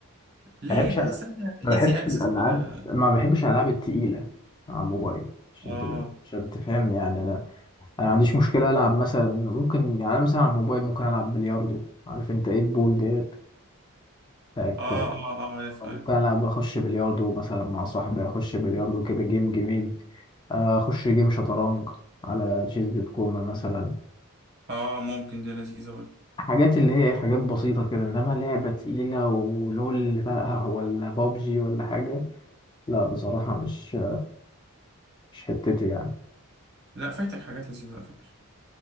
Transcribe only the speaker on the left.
ما بحبش
ألعب. ما
بحبش
الالعاب
ما بحبش الالعاب التقيله على الموبايل عشان
تبقى عشان تفهمني يعني انا انا ما عنديش مشكله العب مثلا ممكن يعني أنا مثلا على الموبايل ممكن العب بلياردو عارف انت ايه البول ديت بتاعت
ممكن
العب اخش بلياردو مثلا مع صاحبي اخش بلياردو كده جيم جميل آه، اخش جيم شطرنج على تشيز دوت كوم مثلا
حاجات اللي هي حاجات بسيطة كده إنما لعبة تقيلة ولول بقى ولا بابجي ولا حاجة لا بصراحة مش مش حتتي يعني